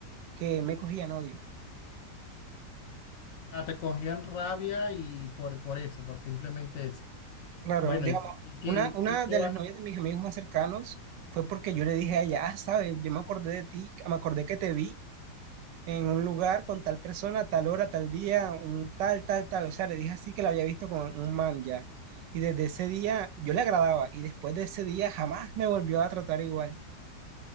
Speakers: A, on the right; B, on the left.
A: que me cogían odio.
B: Ah, te cogían rabia y por, por eso, por simplemente eso.
A: Claro,
B: Bueno,
A: digamos,
B: ¿y, y qué,
A: una, una
B: y qué
A: de
B: vas
A: las novias de mis amigos más cercanos fue porque yo le dije a ella, ah, sabes, yo me acordé de ti, me acordé que te vi en un lugar con tal persona, tal hora, tal día, un tal, tal, tal. O sea, le dije así que la había visto con un man ya. Y desde ese día yo le agradaba y después de ese día jamás me volvió a tratar igual.